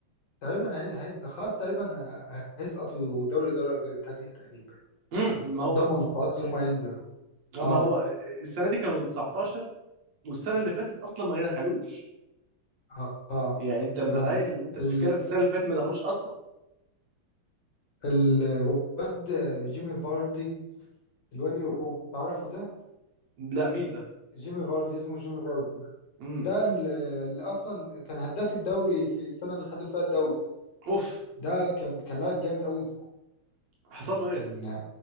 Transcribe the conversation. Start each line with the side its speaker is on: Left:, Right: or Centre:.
Left: تقريبا هي... هي... ده خلاص تقريبا هيسقطوا دوري درجة تانية تقريبا
Right: امم ما هو
Left: ضمنوا خلاص اللي هم هينزلوا
Right: ما
Left: اه
Right: هو السنه دي كانوا 19 والسنه اللي فاتت اصلا ما دخلوش
Left: اه آه،
Right: يعني انت متخيل
Left: فعلا
Right: ان انت بتتكلم
Left: ال...
Right: في السنه اللي فاتت ما دخلوش اصلا
Left: الواد جيمي فاردي الواد الهجوم تعرفه ده
Right: لا مين ده؟
Left: جيمي فاردي اسمه جيمي فاردي
Right: امم
Left: ده ال- اللي اصلا كان هداف الدوري في السنه اللي خدوا فيها الدوري
Right: اوف
Left: ده كان كان لاعب جامد قوي
Right: حصل
Left: يعني
Right: له ايه؟
Left: كان